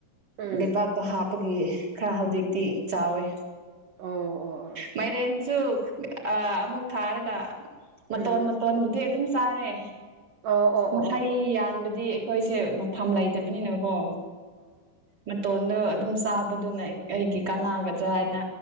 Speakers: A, on the right; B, on the right.
A: ꯎꯝ
B: ꯂꯩꯕꯥꯛꯇꯣ ꯍꯥꯞ ꯄꯒꯤ ꯈꯔ ꯍꯧꯖꯤꯛꯇꯤ ꯆꯥꯎꯋꯦ
A: ꯑꯣ ꯑꯣ ꯑꯣ
B: ꯃꯥꯏꯔꯦꯟꯁꯨ ꯑ ꯑꯃꯨꯛ ꯊꯥꯔꯒ
A: ꯎꯝ
B: ꯃꯇꯣꯟ ꯃꯇꯣꯟꯕꯨꯗꯤ ꯑꯗꯨꯝ ꯆꯥꯔꯦ
A: ꯑꯣ ꯑꯣ
B: ꯃꯍꯩ
A: ꯑꯣ ꯑꯣ ꯑꯣ ꯑꯣ
B: ꯌꯥꯟꯕꯗꯤ ꯑꯩꯈꯣꯏꯁꯦ ꯃꯐꯝ ꯂꯩꯇꯕꯅꯤꯅꯀꯣ ꯃꯇꯣꯟꯗ‌ꯣ ꯑꯗꯨꯝ ꯆꯥꯕꯗꯨꯅ ꯑꯩ ꯑꯩꯒꯤ ꯀꯥꯟꯅꯒꯗ꯭ꯔꯥ ꯍꯥꯏꯅ